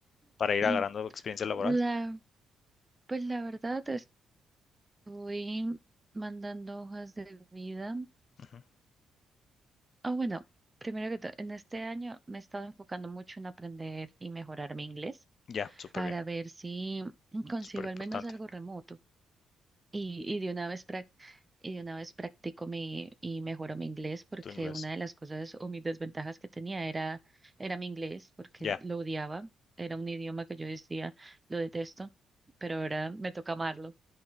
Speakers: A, on the left; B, on the right.
A: para ir
B: <clears throat>
A: agarrando experiencia laboral?
B: la, pues la verdad estoy mandando hojas de vida.
A: Ujú.
B: Ah, bueno, primero que todo, en este año me he estado enfocando mucho en aprender y mejorar mi inglés
A: Ya, súper
B: para
A: bien,
B: ver si consigo
A: súper importante
B: al menos algo remoto. Y, y de una vez y de una vez practico mi y mejoro mi inglés porque
A: tu inglés.
B: una de las cosas o mis desventajas que tenía era era mi inglés porque
A: Ya,
B: lo odiaba, era un idioma que yo decía lo detesto, pero ahora me toca amarlo.